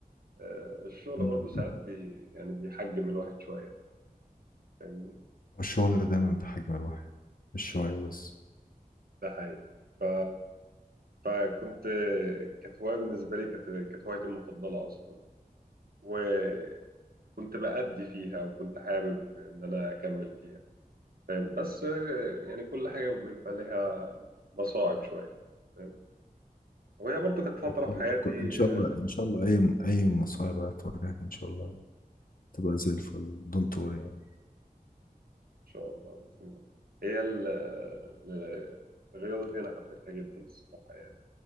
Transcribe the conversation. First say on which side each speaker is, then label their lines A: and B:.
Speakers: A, on the right; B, on the left.
A: آه، الشغل
B: مم.
A: برضه ساعات بي يعني بيحجم الواحد شويه فاهمني
B: والشغل دايما بحجم الواحد مش شوية بس
A: ده حقيقي ف فكنت كانت هواية بالنسبة لي كانت كانت هوايتي المفضلة أصلا وكنت بأدي فيها وكنت حابب إن أنا أكمل فيها فاهم بس آه، يعني كل حاجة بيبقى لها مصاعب شوية فاهم وهي برضو كانت فترة
B: والله
A: في حياتي
B: كو- إن شاء
A: آه،
B: الله
A: إن
B: إن شاء الله أي أي مصايب هتواجهك إن شاء الله تبقى زي الفل دونت وري يعني
A: شاء الله بإذن الله هي ال- ال- الرياضة دي أنا حبيتها جدا الصراحة يعني